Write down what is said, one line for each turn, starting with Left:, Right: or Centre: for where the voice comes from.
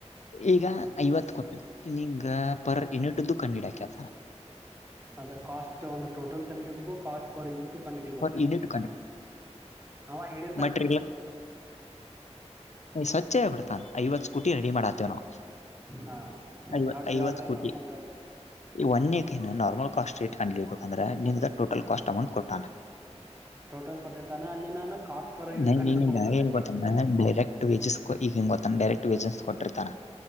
Left: ಈಗ
Right: ಹಾ
Left: ಐವತ್ತು ಕೊಟ್ಟಗ ಪರ್ ಯುನಿಟದು ಕಣ್ಣಿಡ ಆಕ್ಯ. <inaudible>
Right: ಅದ ಕಾಸ್ಟ್ ಒಂದು ಟೋಟಲ್ ಕಂಡಇಡಿಬೇಕು ಕಾಸ್ಟ್ ಪರ್ ಯುನಿಟ್ ಕಂಡಇಡಿಬೇಕ
Left: ಪರ್ ಯೂನಿಟ್
Right: ಅವ ಹೇಳ
Left: ಮಟ್ರ ಸ್ವಚ್ಛ ಆಬಿಡ್ತಾನ ಐವತ್ ಸ್ಕೂಟಿ ರೆಡಿ
Right: ಅವ
Left: ಮಾಡಾತೇವ ನಾವು
Right: ಹಾ
Left: ವ
Right: ನಾವ್ ಡಿವೈಡ್
Left: ಐವತ್ ಸ್ಕೂಟಿ
Right: ಬೈ ಮಾಡ್ಕೊಂತ
Left: ಒನ್ ಏಟಿ ಕಸ್ಟ್ಟ್ ಕಬೇಕ ಅಂದ್ರೆಮ್ ಟೋಟಲ್ ಕಾಷ್ಟ ಅಮೌಟ್ ಕೊಟ್ಟ
Right: ಟೋಟಲ್ ಕೊಟ್ಟಿರ್ತಾನ ಅಲ್ಲಿ ನಾನು ಕಾಸ್ಟ್ ಪರ್ ಯೂನಿಟ್
Left: ನೈ
Right: ಕಂಡು
Left: ನೀನ್ಗ
Right: ಹಿಡ್ಕೋಬೇಕಾಕತಿ
Left: ನ್ ಗೊತ್ತಾನ ಡೈರೆಕ್ಟ್ ವೇಜಸ್ ಈಗಂಗ ಗೊತ್ತಾನ ಡೈರೆಕ್ಟ್ ವೇಜಸ್ ಕೊಟ್ಟಿರ್ತಾನ